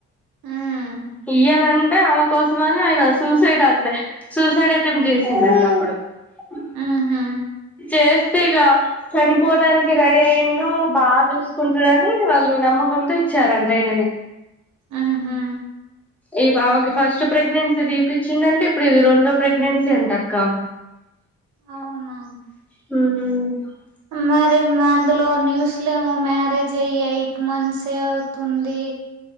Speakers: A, on the right (about 70°); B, in the centre.
A: ఉమ్
B: ఇయ్యాలన్ అంటే ఆమె కోసంమని ఆయన సూసైడ్ అండ్ సూసైడ్ అటెంప్ట్ చేసిండంటా అప్పుడు అ
A: ఉహు
B: చేస్తే ఇక చనిపోవడానికి రెడీ అయిండు బాగా చూసుకుంటుడని వాళ్ళు నమ్మకంతో ఇచ్చారంటా అయనని
A: ఆహా
B: ఈ పాపకి ఫస్ట్ ప్రెగ్నెన్సీ తీపిచ్చిండంటా ఇప్పుడు ఇది రెండో ప్రెగ్నెన్సీ అంట అక్క
A: అవునా
B: ఉను
A: మరి మాందులో న్యూస్లేమో మ్యారేజ్ అయ్యి ఎయిట్ మంత్స్ అవుతుంది